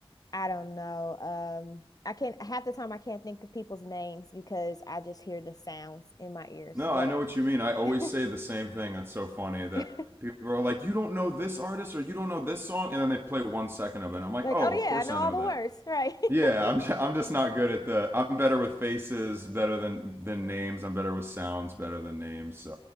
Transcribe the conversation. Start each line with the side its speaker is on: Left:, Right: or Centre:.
Left: I don't know um I can't half the time I can't think of people's names because I just hear the sounds in my ears.
Right: No,
Left: But
Right: I know what you mean. I always
Left: <laughs>
Right: say the same thing. That's so funny that
Left: like
Right: people are like, "You don't know this artist or you don't know this song," and then they play one second of it. I'm like,
Left: oh
Right: "Oh, of
Left: yeah
Right: course
Left: I know
Right: I
Left: all
Right: know
Left: the
Right: that."
Left: words right. <laughs>
Right: Yeah, I'm <laughs> I'm just not good at the. I'm better with faces, better than than names. I'm better with sounds, better than names. So